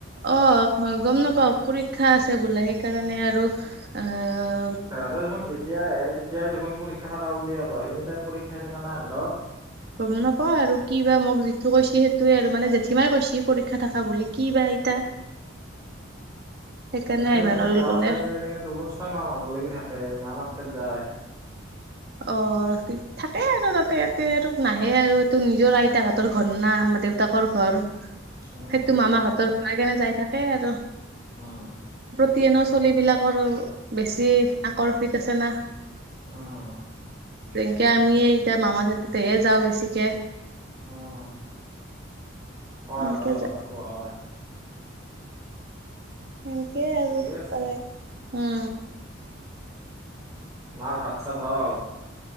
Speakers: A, on the right; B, on the right.
A: অ' গম নাপাও পৰীক্ষা আছে বোলে সেইকাৰণে আৰু অ'।
B: তাহাতৰ দেখোন যেতিয়াই আহে তেতিয়াই দেখোন পৰীক্ষা থকা বুলিয়ে অ' এনি টাইম পৰীক্ষাই থাকে নে সিহতৰ?
A: গম নাপাও আৰু কি বা, মোক যিটো কৈছে সেইটোয়ে আৰু মানে জেঠীমাই কৈছেি পৰীক্ষা থকা বুলি কি বা। <unintelligible> সেইকাৰণে
B: এনেই
A: আহিবা
B: দেখোন
A: নোৱাৰিল
B: গাঁৱত
A: বোলে
B: যাই যায় কিনে দুখন ছয় মাহ মানুহ লাগি থাকে মা মাক তাত যায়।
A: অ' থাকে আৰু তাতে এতে আৰু ত নাহে আৰু এইটো নিজৰ আইতা হতৰ ঘৰ না। আমাৰ দেউতাকৰ ঘৰ সেইটো
B: উম
A: মামা হতৰ ঘনে যাই থাকে আৰু।
B: অ'।
A: <unintelligible> চলিবিলাকৰ বেছি আকৰ্ষিত আছে না।
B: অ'।
A: যেনেকৈ আমি এতিয়া মামা থেৰ তাতেই হে যাওঁ বেছিকে।
B: আহ। হয়
A: সেনকে
B: হয়,
A: য
B: কথাটো হয়।
A: সেনেকে আৰু
B: ঠিকেই আছে
A: কৰে উ।
B: মাৰ ভাত চাত হল?